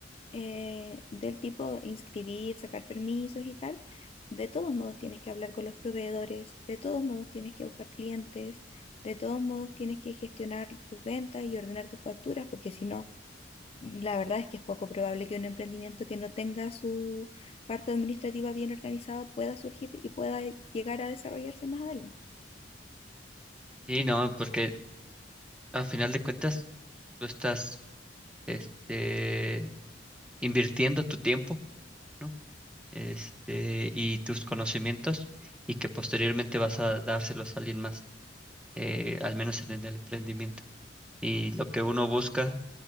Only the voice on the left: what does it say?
eh, del tipo inscribir, sacar permisos y tal, de todos modos tienes que hablar con los proveedores, de todos modos tienes que buscar clientes, de todos modos tienes que gestionar tus ventas y ordenar tus facturas, porque si no, la verdad es que es poco probable que un emprendimiento que no tenga su parte administrativa bien organizada pueda surgir y pueda llegar a desarrollarse más adelante.